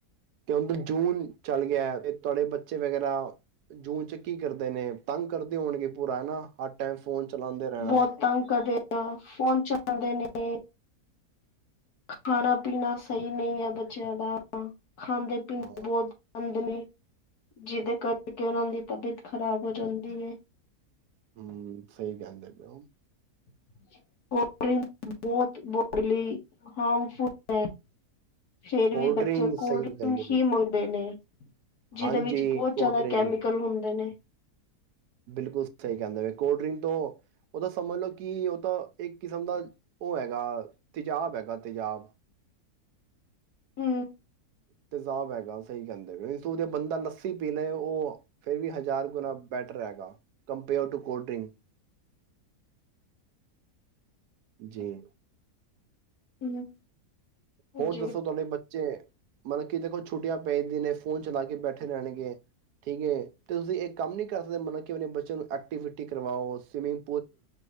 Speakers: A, on the right (about 80°); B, on the left (about 75°).
A: ਤੇ ਹੁਣ ਜੂਨ ਚੱਲ ਗਿਆ ਤੇ ਤੁਡੇ ਬੱਚੇ ਵਗੈਰਾ ਜੂਨ ਚ ਕੀ ਕਰਦੇ ਨੇ ਤੰਗ ਕਰਦੇ ਹੋਣਗੇ ਪੂਰਾ ਹੈਨਾ ਹਰ ਟਾਈਮ ਫੋਨ ਚਲਾਉਂਦੇ ਰਹਿਣਾ
B: ਬਹੁਤ ਤੰਗ ਕਰਦੇ ਫੋਨ ਚਲਾਉਂਦੇ ਨੇ ਖਾਣਾ ਪੀਣਾ ਸਹੀ ਨਹੀਂ ਹੈ, ਬੱਚਿਆਂ ਦਾ ਅਪਾ ਖਾਂਦੇ ਪੀਂਦੇ
A: ਹਾਂ
B: ਬਹੁਤ <inaudible> ਨੇ। ਜਿਹਦੇ ਕਰਕੇ ਉਨ੍ਹਾਂ ਦੀ ਤਬੀਅਤ ਖ਼ਰਾਬ ਹੋ ਜਾਂਦੀ ਹੈ।
A: ਹੂੰ ਸਹੀ ਕਹਿੰਦੇ ਪੇ ਉ।
B: <inaudible> ਬਹੁਤ ਬੋ ਲੀ ਹਾਰਮਫੁਲ ਹੈ, ਫੇਰ
A: ਕੋਲਡ
B: ਵੀ ਬੱਚੇ
A: ਡਰਿੰਕ
B: ਕੋਲਡਿਕ
A: ਸਹੀ ਕਹਿੰਦੇ ਪਏ
B: ਹੀ
A: ਹੋ
B: ਮੁਗਦੇ ਨੇ ਜਿਹਦੇ
A: ਹਾਂਜੀ
B: ਵਿੱਚ ਬਹੁਤ
A: ਕੋਲਡ
B: ਜ਼ਿਆਦਾ
A: ਡਰਿੰਕ
B: ਕੈਮੀਕਲ ਹੁੰਦੇ ਨੇ।
A: ਬਿਲਕੁਲ ਸਹੀ ਕਹਿੰਦੇ ਪਏ, ਕੋਲਡ ਡਰਿੰਕ ਤੋਂ ਉਹ ਤਾਂ ਸਮਝ ਲਓ ਕਿ ਉਹ ਤਾਂ ਇੱਕ ਕਿਸਮ ਦਾ ਉਹ ਹੈਗਾ ਤੇਜਾਬ ਹੈਗਾ ਤੇਜ਼ਾਬ।
B: ਹੂੰ
A: ਤੇਜ਼ਾਬ ਹੈਗਾ ਸਹੀ ਕਹਿੰਦੇ ਪਿਉ, ਇਸ ਤੋ ਵਧਿਆ ਬੰਦਾ ਲੱਸੀ ਪੀ ਲੈ ਉਹ ਫਿਰ ਵੀ ਹਜ਼ਾਰ ਗੁਣਾ ਬੈਟਰ ਹੈਗਾ ਕੰਪੇਅਰ ਟੂ ਕੋਲਡਿੰਕ, ਜੀ।
B: ਹੂੰ
A: ਹੋਰ
B: ਜੀ।
A: ਦੱਸੋ ਤੁਹਾਡੇ ਬੱਚੇ ਮਤਲਬ ਕਿ ਦੇਖੋ ਛੁੱਟੀਆਂ ਪੈਂਦੀਆਂ ਨੇ ਫੋਨ ਚਲਾ ਕੇ ਬੈਠੇ ਰਹਿਣਗੇ ਠੀਕ ਹੈ ਅਤੇ ਤੁਸੀਂ ਇਹ ਕੰਮ ਨਹੀਂ ਕਰ ਸਕਦੇ ਮਤਲਬ ਕਿ ਆਪਣੇ ਬੱਚਿਆਂ ਨੂੰ ਐਕਟੀਵਿਟੀ ਕਰਵਾਓ ਸਵੀਮਿੰਗ